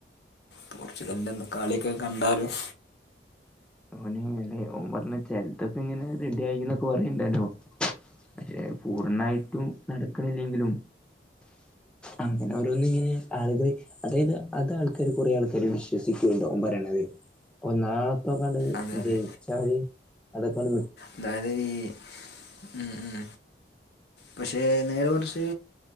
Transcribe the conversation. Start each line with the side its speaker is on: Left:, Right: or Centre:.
Left: പോർച്ചുഗലിന്റെന്ന് കളിക്കെ കണ്ടാലും
Centre: <unintelligible> മെല്ലെ ഓ പറഞ്ഞ ചെലത്തൊക്കെങ്ങനെ റെഡിയായിന്നൊക്കെ പറയിണ്ടല്ലോ പക്ഷെ പൂർണ്ണായിട്ടും നടക്കണില്ലെങ്കിലും അങ്ങനെ ഓരോന്നങ്ങനെ ആളുകൾ അതായത് അത് ആൾക്കാര് കുറെ ആൾക്കാർ വിശ്വസിക്കുണ്ടോ പറയണത് നാ കാണ്ട്
Left: അതെ അതെ
Centre: ജയിച്ചാല് അതൊക്കെ നി
Left: അതായത് ഈ ഉം ഉം പക്ഷെ നേരെ മർച്ച്